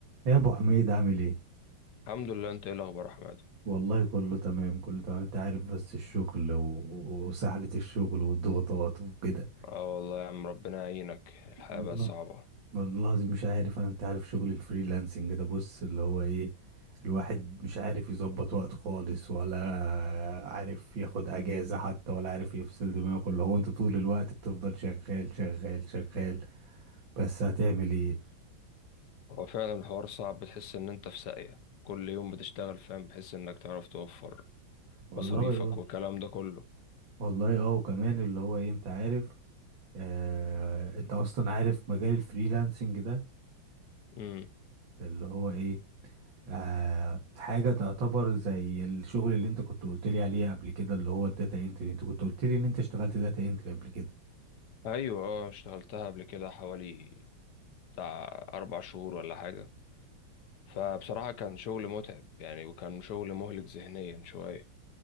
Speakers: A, on the right; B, on the left.
A: يا ابو حميد عامل ايه
B: الحمد لله انت ايه الاخبار يا احمد
A: والله كله تمام كله تمام انت عارف بس الشغل و- وسحلة الشغل والضغوطات وكده
B: اه والله يا عم ربنا يعينك الحياه
A: والله
B: بقت
A: لا
B: صعبه
A: والله العظيم مش عارف انا انت عارف شغل الفريلانسنج ده بص اللي هو ايه الواحد مش عارف يظبط وقته خالص ولا عارف ياخد اجازة حتى ولا عارف يفصل دماغه اللي هو انت طول الوقت بتفضل شغال شغال شغال بس هتعمل ايه
B: هو فعلا الحوار صعب بتحس ان انت في ساقيه كل يوم بتشتغل فاهم بحيث انك تعرف توفر
A: والله
B: مصاريفك
A: يا-
B: والكلام ده كله
A: والله اه وكمان اللي هو ايه انت عارف آه، انت اصلا عارف مجال الفريلانسنج ده
B: امم
A: اللي هو ايه آه، حاجة تعتبر زي الشغل اللي انت كنت قلت لي عليه قبل كده اللي هو الداتا انتري انت كنت قلت لي ان انت اشتغلت داتا انتري قبل كده
B: ايوه اه اشتغلتها قبل كده حوالي بتاع اربع شهور ولا حاجه فبصراحه كان شغل متعب يعني وكان شغل مهلك ذهنيا شويه